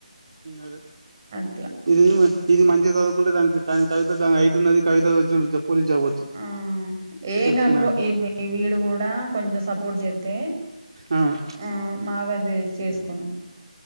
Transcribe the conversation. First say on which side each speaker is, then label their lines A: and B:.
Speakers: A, on the right; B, on the right.
A: అదే
B: అట్లా
A: ఇది ఇది మంచిగా చదుకుంటే తననికి కానీ కవిత దాన హైటు ఉన్నది కవిత పోలీస్ జాబ్ వచ్చు
B: ఆ ఏం
A: చెప్తున్నా
B: కాకపో ఈ ఈ వీడు కూడా కొంచెం సపోర్ట్ చేస్తే
A: అవును
B: ఆ మాగాది చేసుకోను